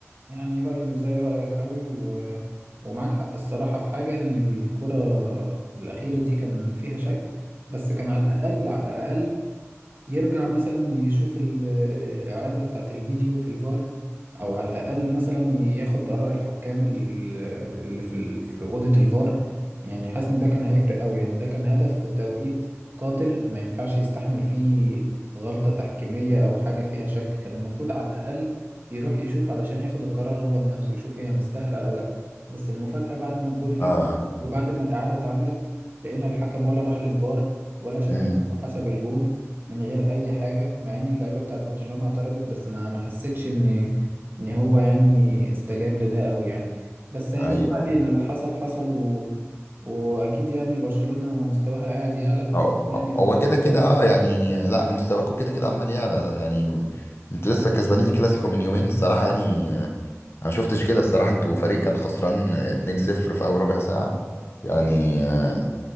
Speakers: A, on the right; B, on the left.
A: يعني رأيي مش زي رأيك قوي و... ومعاك حق الصراحة في حاجة إن الكرة الأخيرة دي كان فيها شك بس كان على الأقل على الأقل يرجع مثلا يشوف الإعادة بتاعة الفيديو في الفار أو على الأقل مثلا ياخد آراء الحكام ال- ال- اللي في ال- في أوضة الفار يعني حاسس إن ده كان هيفرق أوي يعني ده كان هدف في توقيت قاتل ما ينفعش يستحمل فيه غلطة تحكيمية أو حاجة فيها شك كان المفروض على الأقل يروح يشوف علشان ياخد القرار هو بنفسه يشوف هي مستاهلة أو لأ بس المفاجأة بعد ما الجون جه
B: اه
A: وبعد ما الإعادة اتعملت لقينا الحكم ولا راح للفار ولا شاف
B: امم
A: حسب الجون من غير اي حاجه مع ان اللعيبه بتاعت برشلونه اعترضت بس ما ما حسيتش ان ان هو يعني استجاب لده قوي يعني بس يعني
B: ايوه
A: ما علينا اللي حصل حصل و... واكيد يعني برشلونه مستواها قاعد يعلى فاظن
B: أو
A: يعني
B: أو-
A: إن
B: هو كده
A: الجاهل
B: كده اه
A: أوي.
B: يعني لا مستواكوا كده كده عمال يعلى يعني انتوا لسه كسبانين الكلاسيكو من يومين الصراحة يعني آه، انا ما شفتش كده الصراحة انتوا فريق كان خسران 2-0 في اول ربع ساعة يعني آه،